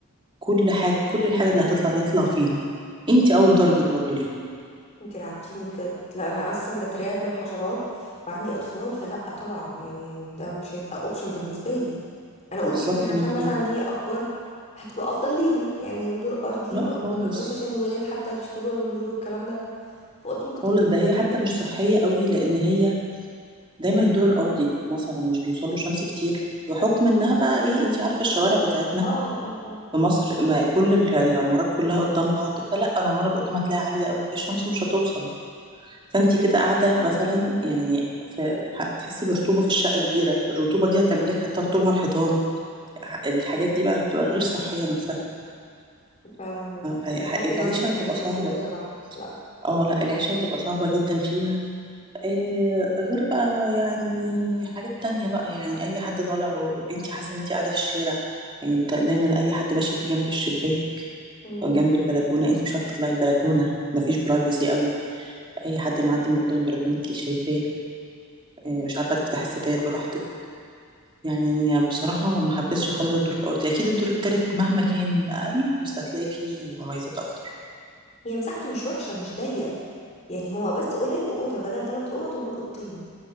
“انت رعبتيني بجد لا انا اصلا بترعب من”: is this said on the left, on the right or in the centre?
Left